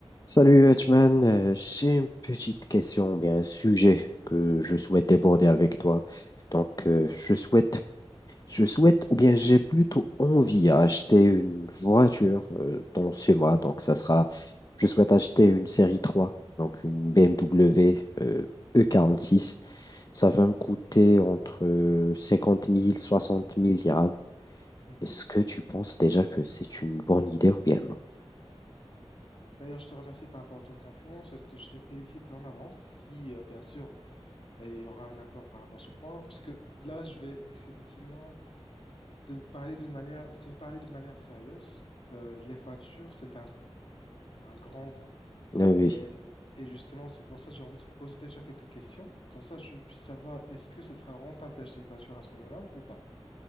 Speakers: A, on the left; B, on the left.
A: Salut Hutchman, Euh, j'ai une petite question, bien un sujet que je souhaite aborder avec toi. Donc, euh, je souhaite, je souhaite, ou bien j'ai plutôt envie à acheter une voiture euh, dans ce mois. Donc, ça sera, je souhaite acheter une série 3, donc une BMW euh, E46. Ça va me coûter entre euh, 50 000, 60 000 dirhams.
B: Mhm.
A: Est-ce que tu penses déjà que c'est une bonne idée ou bien non?
B: D'ailleurs, je te remercie par rapport à ta confiance. Je te je te félicite en avance si, euh, bien sûr, euh, il y aura un accord par rapport à ce point, parce que là, je vais effectivement te parler d'une manière, de te parler d'une manière sérieuse. Euh, les voitures, c'est un coût, un grand coût.
A: Euh, Oui,
B: Et, et justement, c'est pour ça que j'ai envie de te poser déjà quelques questions. Comme ça, je puisse savoir est-ce que ce sera rentable d'acheter une voiture à ce moment-là ou pas.